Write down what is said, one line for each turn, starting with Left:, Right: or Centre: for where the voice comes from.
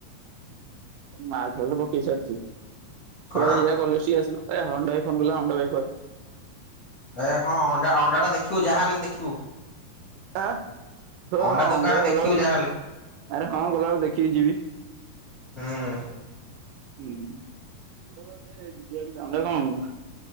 Right: ମାର୍ବଲ ପକେଇ ସାରିଛି। <inaudible>
Left: କଣ?
Right: କଲେଜ ଠିକି ଆସିଲ। ଏ ହଣ୍ଡାଇ ଫୋନ୍ କଲା ହଣ୍ଡା ଭାଇ କ
Left: ଏ ହଁ ଅଣ୍ଡା ଅଣ୍ଡା ନା ଦେଖ ଦେଖିବୁ ଯାହା ହେଲେ ଦେଖିବୁ।
Right: <inaudible> ହଁ
Left: ଅଣ୍ଡା
Right: ହଁ
Left: ଦୋକାନରେ
Right: ଅଣ୍ଡାାରୋ
Left: ଦେଖିବୁ
Right: ଗଲା ବବେଳ
Left: ଯାହାହେଲେ।
Right: ଆରେ ହଁ ଗଲାବେଳୁ ଦେଖିକି ଯିବି।
Left: ହୁଁ
Right: ହୁଁ। <unintelligible>